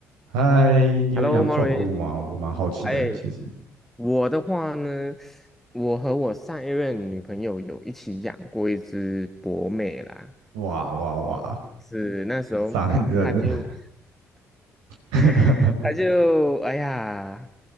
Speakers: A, on the right; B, in the centre.
A: 嗨，你有养宠物吗？
B: Hello, m a r i c
A: 我蛮好奇的，
B: 哎，
A: 其实。
B: 我的话呢，我和我上一任女朋友有一起养过一只博美啦，
A: 哇哇哇，
B: 是那时候她就
A: 上一阵 <laughs>
B: <laughs> 他就哎呀，